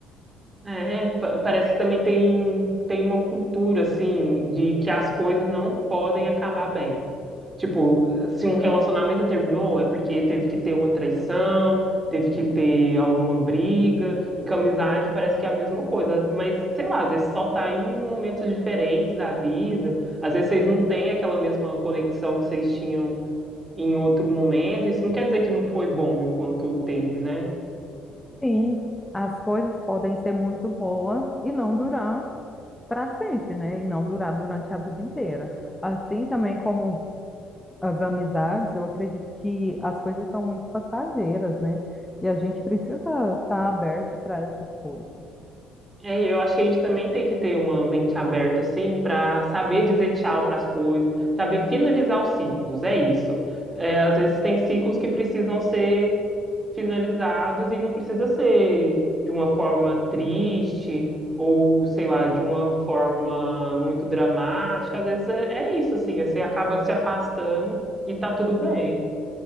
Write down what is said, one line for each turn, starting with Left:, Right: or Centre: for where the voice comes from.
Right: É, pa- parece que também tem, tem uma cultura, assim, de que as coisas não podem acabar bem. Tipo, se um relacionamento terminou, é porque teve que ter uma traição, teve que ter alguma briga, e com amizade parece que é a mesma coisa. Mas, sei lá, às vezes só tá em momentos diferentes da vida, às vezes vocês não têm aquela mesma conexão que vocês tinham em outro momento. Isso não quer dizer que não foi bom enquanto teve, né?
Centre: Sim, As coisas podem ser muito boas e não durar. para sempre, né? E não durar durante a vida inteira. Assim também como as amizades, eu acredito que as coisas são muito passageiras, né? E a gente precisa estar aberto para essas coisas.
Right: É, eu acho que a gente também tem que ter uma mente aberta, assim, para saber dizer tchau para as coisas, saber finalizar os ciclos, é isso. É, às vezes tem ciclos que precisam ser finalizados e não precisa ser de uma forma triste ou, sei lá, de uma forma muito dramática. Às vezes é, é isso, assim, você acaba se afastando e tá tudo bem.